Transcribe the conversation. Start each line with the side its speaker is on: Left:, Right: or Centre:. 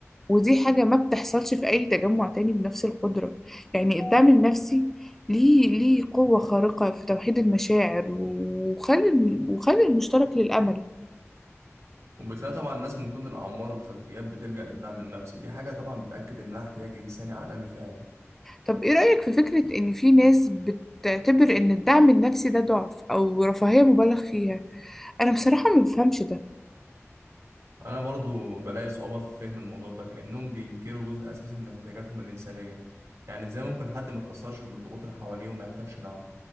Centre: ودي حاجة ما بتحصلش في أي تجمع تاني بنفس القدرة يعني الدعم النفسي ليه ليه قوة خارقة في توحيد المشاعر وخلي وخلي المشترك للأمل
Right: وبتلاقي طبعا ناس من كل الأعمار والخلفيات بتلجأ للدعم النفسي دي حاجة طبعا بتأكد إنها احتياج إنساني عالمي فعلا
Centre: طب إيه رأيك في فكرة إن في ناس بتعتبر إن الدعم النفسي ده ضعف أو رفاهية مبالغ فيها أنا بصراحة ما بفهمش ده
Right: انا برضو بلاقي صعوبة في فهم الموضوع ده كأنهم بينكروا جزء اساسي من احتياجاتهم الإنسانية يعني ازاي ممكن حد ما تأثرش بالضغوط اللي حواليه وما يحتاجش دعم